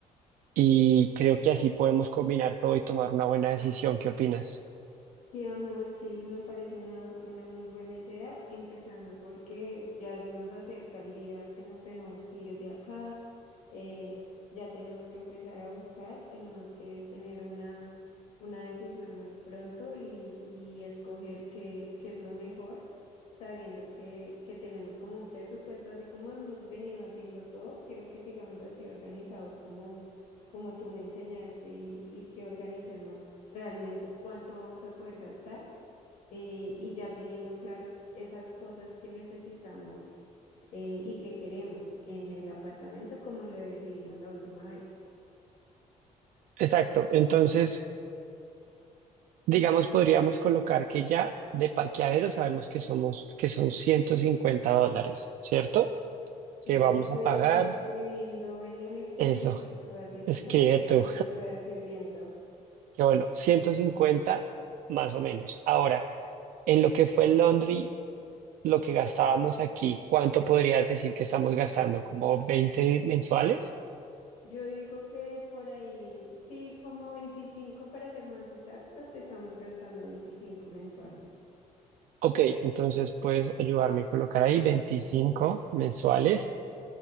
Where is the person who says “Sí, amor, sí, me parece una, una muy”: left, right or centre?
Left